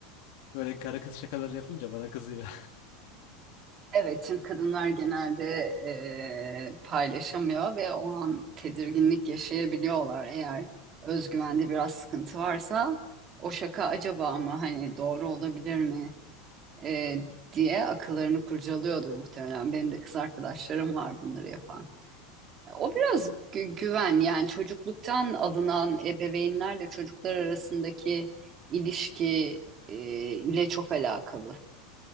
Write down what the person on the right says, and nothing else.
Evet, çünkü kadınlar genelde eee, paylaşamıyor ve o an tedirginlik yaşayabiliyorlar. Eğer özgüvende biraz sıkıntı varsa o şaka acaba mı hani doğru olabilir mi eee, diye akıllarını kurcalıyordur muhtemelen. Benim de kız arkadaşlarım var bunları yapan. O biraz gü- güven yani çocukluktan alınan ebeveynlerle çocuklar arasındaki ilişki e, ile çok alakalı